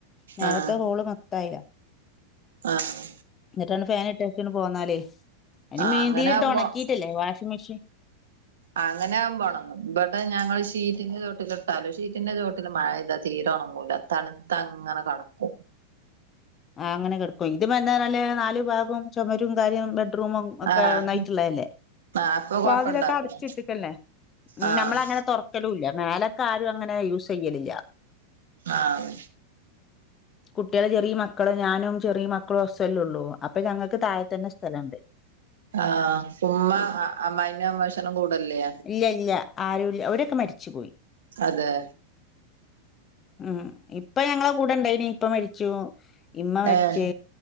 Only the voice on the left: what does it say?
നേരത്തെ
ഹോള് മൊത്തായില്ല.
എന്നിട്ടന്ന് ഫാൻ ഇട്ടക്കിന്ന് പോന്നാലേ ഇനി
മീന്തിയിൽ
ഇട്ട്
ഉണക്കിയിട്ടില്ലേ വാഷിംഗ് മെഷീൻ
ആ് അങ്ങനെ കെടക്കും ഇത് എന്താനാല് നാലു ഭാഗവും ചൊമരും കാര്യം ബെഡ് റൂമും ഒക്കെന്നായിട്ടുള്ളതല്ലേ
വാതിലൊക്കെ അടച്ചിട്ടക്കല്ലേ ഉം
ഞമ്മളങ്ങനെ തുറക്കലും ഇല്ല മേലൊക്കെ ആരും അങ്ങനെ യൂസ് ചെയ്യലില്ല.
കുട്ടികള് ചെറിയ മക്കളും ഞാനും ചെറിയ മക്കളും ഹസും അല്ലെ ഒള്ളൂ. അപ്പൊ ഞങ്ങക്ക് താഴെ തന്നെ സ്ഥലം ഉണ്ട്.
ഇല്ല ഇല്ല. ആരുല്ല. അവരൊക്കെ മരിച്ചുപോയി.
ഉം ഇപ്പ ഞങ്ങള കൂടെ ഇണ്ടായിനി. ഇപ്പ മരിച്ചു ഇമ്മ മരിച്ച്